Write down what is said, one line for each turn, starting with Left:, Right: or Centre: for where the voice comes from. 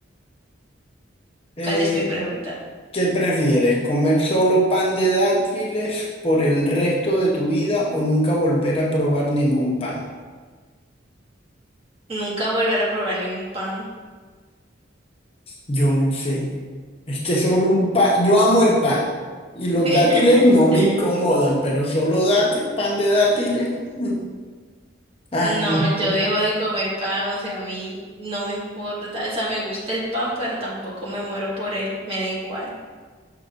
Left: Eh,
Right: ¿Cuál es mi pregunta?
Left: ¿qué prefieres? ¿Comer solo pan de dátiles por el resto de tu vida o nunca volver a probar ningún pan?
Right: Nunca volver a probar ningún pan.
Left: Yo no sé. Es que solo un pan. Yo amo el pan y los
Right: <laughs>
Left: dátiles no me incomodan, pero solo dáti- pan de dátiles. <laughs> mm, Ay,
Right: No,
Left: no
Right: yo
Left: sé.
Right: dejo de comer pan, o sea, a mí no me importa, o sea, me gusta el pan, pero tampoco me muero por él, me da igual.